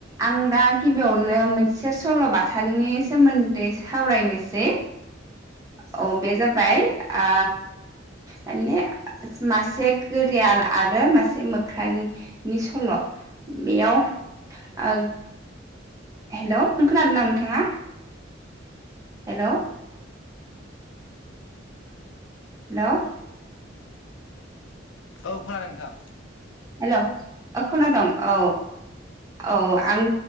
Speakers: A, on the right; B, on the left.
A: आं दा गिबियावनो मोनसे सल'बाथानि सोमोन्दै सावरायनोसै। औ बे जाबाय आ माने मासे गोरियाल आरो मासे मोख्रानि। नि सल' बेयाव ओ हेल' नों खोनादों ना नोंथाङा हेल' हेल'
B: औ खोनादों नोंथां
A: हेल' अ खोना दं औ औ आं